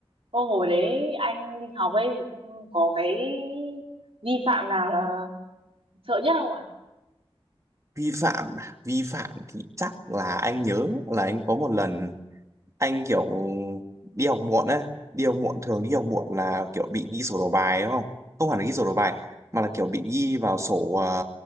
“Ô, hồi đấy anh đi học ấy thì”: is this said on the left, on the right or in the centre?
Right